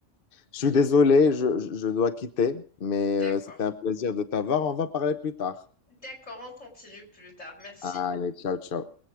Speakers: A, on the left (about 50°); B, on the left (about 85°).
A: Je suis désolé, je, je je dois quitter, mais
B: d'accord.
A: euh, c'était un plaisir de t'avoir. On va parler plus tard.
B: D'accord, on continue plus tard. Merci.
A: Allez, ciao, ciao.